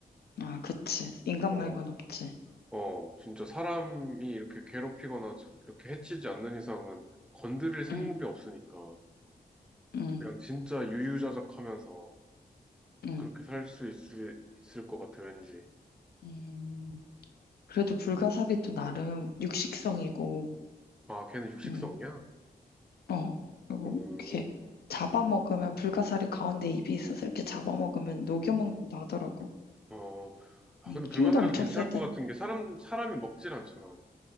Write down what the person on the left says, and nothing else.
아, 그치. 인간
말곤 없지.
응.
응.
응.
음. 그래도 불가사리도 나름 육식성이고
응. 어, 그리고
이렇게 잡아먹으면 불가사리 가운데 입이 있어서 이렇게 잡아먹으면 녹여먹는다 하더라고.
음,
힘도 엄청
세대.